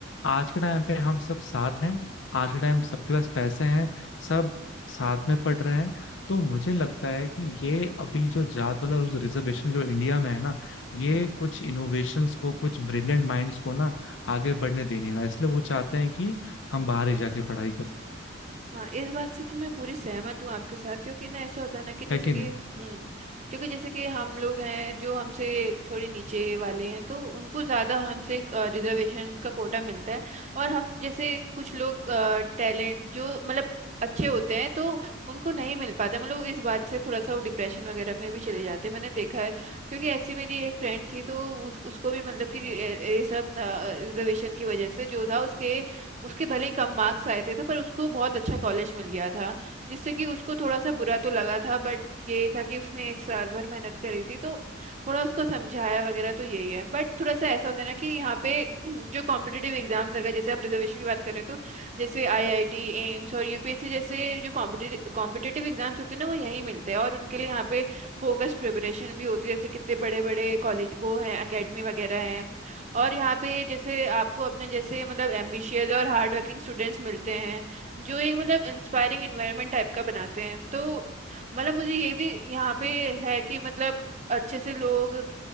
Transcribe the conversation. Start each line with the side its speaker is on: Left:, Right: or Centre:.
Left: आज के टाइम पे हम सब साथ हैं आज के टाइम सबके पास पैसे हैं सब साथ में पढ़ रहे हैं तो मुझे लगता है कि ये अभी जो जात वाला रिजर्वेशन जो इंडिया में है ना ये
Right: हम्म,
Left: कुछ इनोवेशंस को कुछ ब्रिलियंट माइंड्स को ना आगे बढ़ने देने ना इसलिए वो चाहते हैं कि हम बाहर ही जाके पढ़ाई करें
Right: हाँ इस बात से तो मैं पूरी सहमत हूँ आपके साथ क्योंकि ना ऐसा होता है ना कि जैसे
Left: है कि
Right: कि
Left: नहीं
Right: हम्म क्योंकि जैसे कि हम लोग हैं जो हमसे थोड़े नीचे वाले हैं तो उनको ज़्यादा हमसे रिजर्वेशन का कोटा मिलता है और हम जैसे कुछ लोग टैलेंट जो मतलब अच्छे होते हैं तो उनको नहीं मिल पाते मतलब इस बात से थोड़ा सा वो डिप्रेशन वगैरह में भी चले जाते हैं मैंने देखा है क्योंकि ऐसी मेरी एक फ्रेंड थी तो उस, उसको भी मतलब कि ये ये सब रिजर्वेशन की वजह से जो था उसके उसके भले ही कम मार्क्स आए थे तो पर उसको बहुत अच्छा कॉलेज मिल गया था जिससे कि उसको थोड़ा सा बुरा तो लगा था बट यही था कि उसने एक साल भर मेहनत करी थी तो थोड़ा उसको समझाया वगैरह तो यही है बट थोड़ा सा ऐसा होता है ना कि यहाँ पे <clears throat> जो कॉम्पिटेटिव एग्जाम्स वगैरह जैसे हम रिजर्वेशन की बात करें तो जैसे आईआईटी एम्स और यूपीएससी जैसे जो कॉम्पिटेटिव कॉम्पिटेटिव एग्जाम्स होते हैं ना वो यहीं मिलते हैं और उनके लिए यहाँ पे फोकस प्रिपरेशन भी होती है जैसे कितने बड़े बड़े कॉलेज वो हैं अकेडमी वगैरह हैं और यहाँ पे जैसे आपको अपने जैसे मतलब एम्बिशियस और हार्ड वर्किंग स्टूडेंट्स मिलते हैं जो एक मतलब इंस्पायरिंग एनवायरनमेंट टाइप का बनाते हैं तो मतलब मुझे ये भी यहाँ पे है कि मतलब अच्छे से लोग